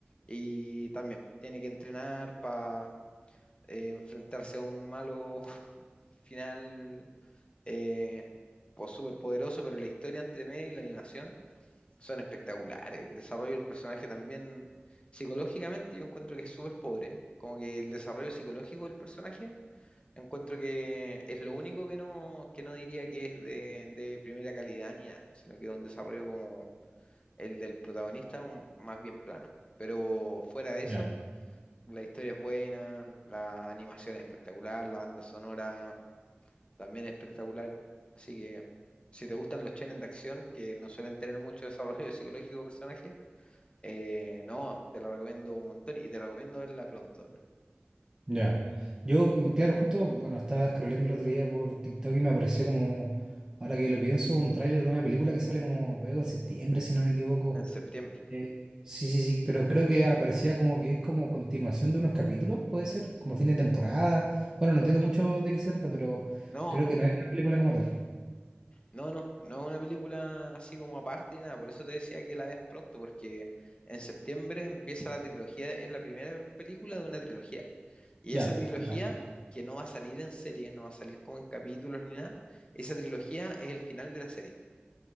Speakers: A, on the left; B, on the right.
A: Y también tiene que entrenar para enfrentarse a un malo <laughs> final eh, pues súper poderoso, pero la historia entre medio y la animación son espectaculares. El desarrollo del personaje también psicológicamente yo encuentro que es súper pobre. Como que el desarrollo psicológico del personaje Encuentro que es lo único que no, que no diría que es de, de primera calidad ni nada, sino que es un desarrollo como el del protagonista, un- más bien plano. Pero fuera de eso,
B: Ya,
A: la historia es buena, la animación es espectacular, la banda sonora también es espectacular. Así que si te gustan los shonen de acción, que no suelen tener mucho desarrollo <laughs> psicológico de personaje, eh, no, te la recomiendo un montón y te recomiendo verla pronto,
B: ya. Yo, mm, claro, justo, bueno, estaba scrolleando el otro día por TikTok y me apareció como, ahora que lo pienso, un tráiler de una película que sale como luego en septiembre, si no me equivoco.
A: en septiembre.
B: Eh, sí, sí, sí, pero creo que aparecía como que es como continuación de unos capítulos, puede ser, como fin de temporada. Bueno, no entiendo mucho de qué se trata, pero
A: No,
B: creo que no es una película como tal.
A: No, no, no es una película así como aparte y nada, por eso te decía que la veas pronto, porque en septiembre empieza la trilogía, es la primera película de una trilogía. Y
B: Ya,
A: esa trilogía,
B: ya.
A: que no va a salir en serie, no va a salir como en capítulos ni nada, esa trilogía es el final de la serie,